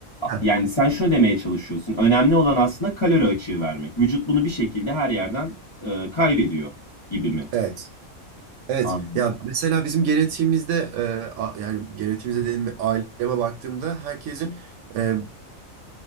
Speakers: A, on the right (about 70°); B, on the left (about 30°).
A: heh,
B: yani sen şunu demeye çalışıyorsun. Önemli olan aslında kalori açığı vermek. Vücut bunu bir şekilde her yerden e, kaybediyor gibi mi?
A: evet. Evet.
B: Anladım.
A: Ya mesela bizim genetiğimizde e, a- yani genetiğimizde dediğim aileme baktığımda herkesin e,